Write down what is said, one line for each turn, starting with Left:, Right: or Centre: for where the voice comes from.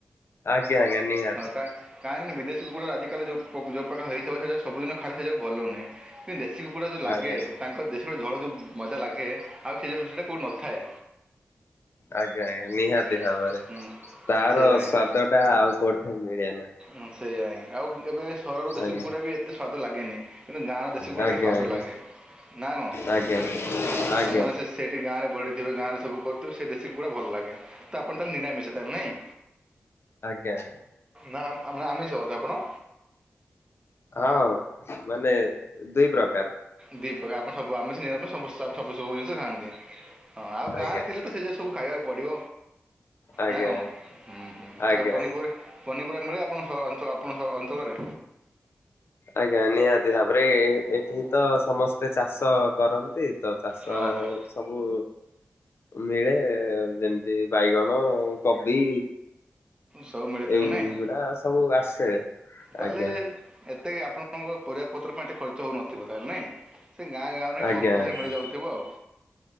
Left: ଆଜ୍ଞା ଆଜ୍ଞା ନିହାତି
Right: ହଁ କାଇ କାହିଁକି ନା ବିଦେଶ କୁକୁଡ଼ା ର ଆଜି ଯେତେଳେ ଯୋଉ ଯପାକା ହେଇଥାଉ ସେଟା ସବୁଦିନ ଖାଇଲେ ସେଇାକୁ ଭଲ ନୁହଁ କିନ୍ତୁ ଦେଶୀ କୁକୁଡ଼ା ଯେଉଁ ଲାଗେ
Left: ଆଜ୍ଞା
Right: ତାଙ୍କ ଦେଶୀ ସେତଳେ ଝଳ ଯେଉଁ ମଜା ଲାଗେ ଆଉ ସେ ଜିନିସଟା କେଉଁଠି ନଥାଏ।
Left: ଆଜ୍ଞା ଆଜ୍ଞା ନିହାତି
Right: ହୁଁ
Left: ଭାବରେ
Right: ହୁଁ
Left: ତାର
Right: ସେଇଆ ହିଁ
Left: ସ୍ଵାଦ ଟା ଆଉ କୋଠି ମିଳେ ନାହିଁ।
Right: ହୁଁ ସେଇଆ ହିଁ ଆଉ କେବେ ସହରର ଦେଶୀ
Left: ଆଜ୍ଞା।
Right: କୁକୁଡ଼ା ବି ଏତେ ସ୍ୱାଦ ଲାଗେନି କିନ୍ତୁ ଗାଁର ଦେଶୀ କୁକୁଡ଼ା
Left: ଆଜ୍ଞା
Right: ଟିକେ ସ୍ୱାଦ
Left: ଆଜ୍ଞା
Right: ଲାଗେ। ନା କଣ
Left: ଆଜ୍ଞା
Right: ହଁ
Left: ଆଜ୍ଞା
Right: ସେମାନେ ସେ ସେଠି ଗାଁରେ ବଢିଥିବେ ଗାଁରେ ସବୁ କରିଥିବ ସେ ଦେଶୀ କୁକୁଡ଼ା ଭଲ ଲାଗେ ତ ଆପଣ ତାହେଲେ ନିରାମିଷା ତାହେଲେ ନାଇଁ।
Left: ଆଜ୍ଞା ଆଜ୍ଞା
Right: ନା ଆ, ଆମିଷ ବୋଧେ ଆପଣ।
Left: ହଁ ମାନେ ଦୁଇ ପ୍ରକା
Right: ଦି ପ୍ରକାର ଦୀ ପ୍ରକାର ଆପଣ ସବୁ ଆମିଷ ନୀରାମିଷ ସବୁ ଖାଆନ୍ତି ଆଜ୍ଞା। ହଁ ଆଉ ଗାଁ
Left: ଆଜ୍ଞା
Right: ରେ ଥିଲେ ତ ସେ ଯେ ସବୁ ଖାଇବାକୁ ପଡ଼ିବ
Left: ଆଜ୍ଞା
Right: ନା କଣ ଉହୁଁ
Left: ଆଜ୍ଞା
Right: ଆଉ ପନିପରି
Left: ଆଜ୍ଞା ଆଜ୍ଞା
Right: ପନିପ ପୁରା ମିଳେ ଆପଣଙ୍କ ସହ ଅଞ୍ଚ ଆପଣ ଅଞ୍ଚଳରେ।
Left: ଆଜ୍ଞା ନିହାତି ଭାବରେ ଏ ଏଠି ତ ସମସ୍ତେ ଚାଷ କରନ୍ତି। ତ ଚାଷ
Right: ହଁ ହଁ
Left: ସବୁ ମିଳେ ଯେମିତି ବାଇଗଣ କୋବି
Right: ସବୁ ମିଳେ ତାହେଲେ
Left: ଏଗୁଡ଼ା
Right: ନାଇଁ
Left: ସବୁ ଆସେ।
Right: ତାହେଲେ
Left: ଆଜ୍ଞା
Right: ଏତେ ଆପଣଙ୍କ ପରିବା ପତ୍ର ପାଇଁ ଏତେ ଖର୍ଚ୍ଚ ହଉନଥିବ ତାହେଲେ ନାଇଁ। ସେ ଗାଁ ଗାଁରେ ହିଁ
Left: ଆଜ୍ଞା
Right: କମ ପଇସା
Left: ଆଜ୍ଞା
Right: ମିଳିଯାଉଥିବ ଆଉ